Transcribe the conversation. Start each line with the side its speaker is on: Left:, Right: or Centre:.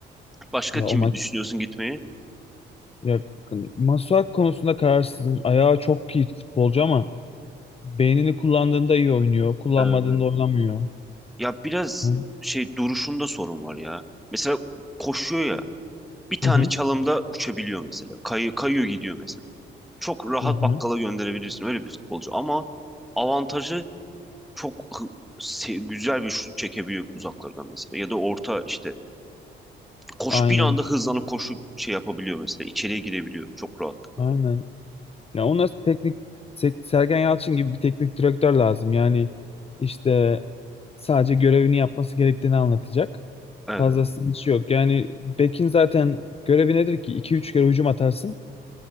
Centre: Başka
Left: ya
Centre: kimi
Left: o maç
Centre: düşünüyorsun gitmeyi?
Left: ya Masuak konusunda kararsızım ayağı çok iyi futbolcu ama Beynini kullandığında iyi oynuyor. Kullanmadığında
Centre: Evet.
Left: oynamıyor.
Centre: Ya biraz
Left: Hı
Centre: şey duruşunda sorun var ya. Mesela koşuyor ya. Bir tane
Left: hı.
Centre: çalımda uçabiliyor mesela. Kayı, kayıyor gidiyor mesela. Çok rahat
Left: Hı hı.
Centre: bakkala gönderebilirsin öyle bir futbolcu ama avantajı çok hı- se- güzel bir şut çekebiliyor uzaklardan mesela. Ya da orta işte koş
Left: Aynen.
Centre: bir anda hızlanıp koşup şey yapabiliyor mesela. İçeriye girebiliyor çok rahatlıkla.
Left: Aynen. Ya ona teknik Se- Sergen Yalçın gibi bir teknik direktör lazım. Yani işte sadece görevini yapması gerektiğini anlatacak.
Centre: Evet,
Left: Fazlasının
Centre: evet.
Left: işi yok. Yani bekin zaten görevi nedir ki? 2 üç kere hücum atarsın.